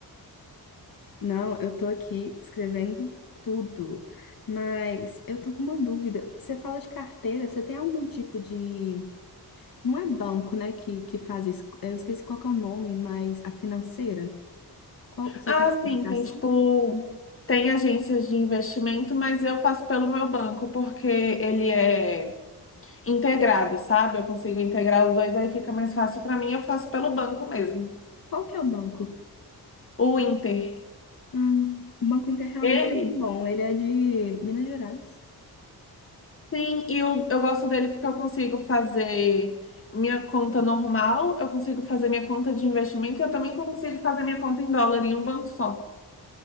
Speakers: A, on the left; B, on the left.
A: não, eu tô aqui escrevendo tudo, mas eu tô com uma dúvida. Você fala de carteira, você tem algum tipo de Não é banco, né, que, que faz isso. Eu esqueci qual que é o nome, mas a financeira. Qual, você
B: Ah,
A: tem uma
B: sim,
A: indicação?
B: tem tipo. Tem agências de investimento, mas eu faço pelo meu banco, porque ele é integrado, sabe? Eu consigo integrar os dois, aí fica mais fácil para mim. Eu faço pelo banco mesmo.
A: Qual que é o banco?
B: O Inter.
A: Hum, o Banco Inter realmente
B: Ele,
A: é muito bom. Ele é de Minas Gerais.
B: sim, e eu, eu gosto dele porque eu consigo fazer minha conta normal, eu consigo fazer minha conta de investimento e eu também consigo fazer minha conta em dólar em um banco só.